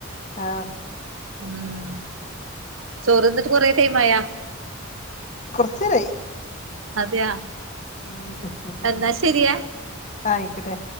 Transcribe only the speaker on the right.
ഉം ചോറ്ന്നിട്ട് കൊറേ ടൈമായാ
അതെയാ
എന്നാ ശരിയേ